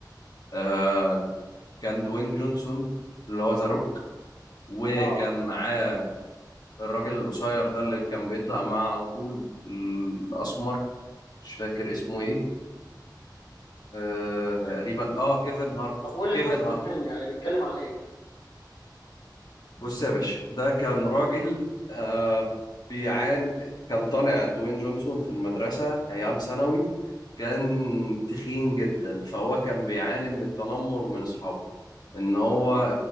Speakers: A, on the left (about 60°); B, on the left (about 80°).
A: آه، كان دوين جونسون اللي هو ذا روك وكان
B: اه
A: معاه الراجل القصير ده اللي كان بيطلع معاه على طول الأسمر مش فاكر اسمه إيه آه تقريبا
B: انت
A: آه كيفن هارت
B: طب قول لي
A: كيفن
B: قصة
A: هارت
B: الفيلم يعني بيتكلم عن ايه
A: بص يا باشا ده كان راجل آه بيعاني كان طالع دوين جونسون في المدرسة أيام ثانوي كان تخين جدا فهو كان بيعاني من التنمر من أصحابه ان هو